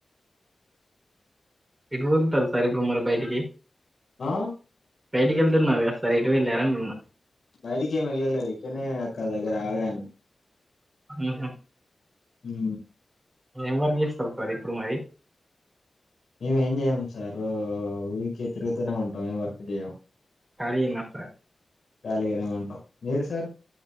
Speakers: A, on the right; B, on the left.
A: <unintelligible> సార్ ఇప్పుడు మరి బయటికి
B: ఆ
A: బయటికి వెళ్తున్నా సరే ఎట్టు వెళ్ళారా అన్న
B: బయటికి ఏం వెళలే ఇక్కనే అక్క దగ్గర ఆగాను
A: ఆహా
B: ఉఊ
A: ఏం వర్క్ చేస్తారు సార్ ఇప్పుడు మరి
B: మేమేం చేయం సార్ ఊరికే తిరుగుతూనే ఉంటాం ఏం వర్క్ చేయం
A: కారీ నఫర్
B: ఖాళీగానే ఉంటాం మీరు సార్